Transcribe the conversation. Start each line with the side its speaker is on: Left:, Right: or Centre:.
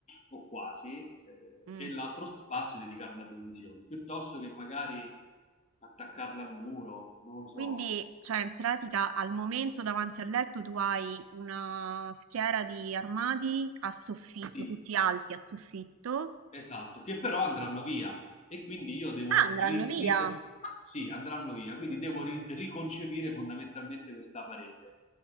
Left: o quasi, eh,
Right: Mm.
Left: e l'altro spazio dedicarlo alla televisione, piuttosto che magari attaccarla al muro, non lo so.
Right: Quindi, cioè, in pratica al momento davanti al letto tu hai una schiera di armadi a soffitto,
Left: Sì,
Right: tutti alti a soffitto.
Left: esatto, che però andranno via e quindi io devo
Right: Ah, andranno
Left: ri-
Right: via!
Left: ri- sì, andranno via, quindi devo ri- riconcepire fondamentalmente questa parete.